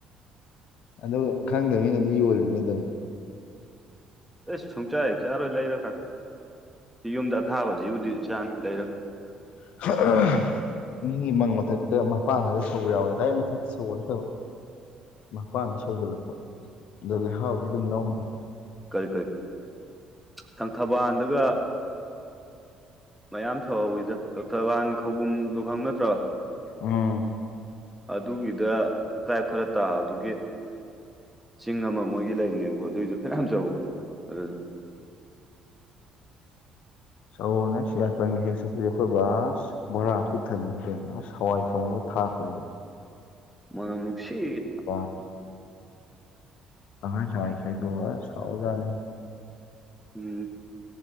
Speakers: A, on the left; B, in the centre.
A: ꯑ ꯈꯪꯗꯕꯅꯤꯅꯗꯤ ꯌꯣꯜꯂꯤꯅꯤꯗꯧ
B: ꯑꯦ ꯁꯨꯡꯆꯥꯏꯦꯛꯁꯦꯥꯔꯣꯏ ꯂꯩꯔꯒ ꯌꯨꯝꯗ ꯑꯊꯥꯕꯁꯤꯕꯨꯗꯤ ꯆꯥꯅꯤ ꯂꯩꯔꯣ
A: <inaudible> ꯃꯤꯒꯤ ꯃꯪ ꯃꯊꯛꯇ ꯃꯄꯥꯟꯗꯒ ꯁꯧꯕ ꯌꯥꯎꯋꯦꯗꯥꯏ ꯃꯊꯛꯇ ꯁꯧꯕꯅ ꯇꯧ ꯃꯄꯥꯟꯗ ꯁꯧꯒꯠꯂꯛꯄ ꯑꯗꯣ ꯂꯩꯍꯥꯎꯗꯤ ꯑꯗꯨꯝ ꯌꯥꯎꯅꯤꯡꯉꯤ
B: ꯀꯔꯤ ꯀꯔꯤ ꯀꯔꯤ ꯂꯪꯊꯕꯥꯜꯗꯒ ꯃꯌꯥꯝ ꯁꯧꯍꯧꯋꯤꯗ ꯂꯧꯣꯛꯊꯕꯥꯟ ꯈꯧꯕꯨꯝꯗꯨꯣ ꯈꯪ ꯅꯠꯇ꯭ꯔꯣ
A: ꯎꯝ
B: ꯑꯗꯨꯒꯤꯗ ꯇ꯭ꯔꯥꯏꯞ ꯈꯔ ꯇꯥꯕꯒꯤ ꯆꯤꯡ ꯑꯃ ꯃꯣꯏꯒꯤ ꯂꯩꯔꯤꯅꯦꯕꯀꯣ ꯑꯗꯨꯑꯣꯏꯁꯨ ꯐꯅꯌꯥꯝ ꯁꯧꯕꯅꯤ ꯑꯗꯨ
A: ꯁꯅ ꯁꯤꯌꯥꯄꯟꯒ ꯍꯦꯛ ꯆꯠꯄ ꯑꯩꯈꯣꯏ ꯕꯥꯁ ꯕꯣꯔꯥ ꯊꯟꯕꯅ ꯀꯩꯅꯣ ꯑꯁ ꯍꯋꯥꯏ ꯊꯣꯡꯉꯒ ꯊꯥꯛꯈꯣꯏꯅꯤ
B: ꯃꯅꯝ ꯅꯨꯡꯁꯤ
A: <unintelligible> ꯇꯍꯥꯏ ꯆꯥꯏ ꯈꯥꯏꯗꯣꯑ ꯁꯥꯎꯖꯔ
B: ꯎꯝ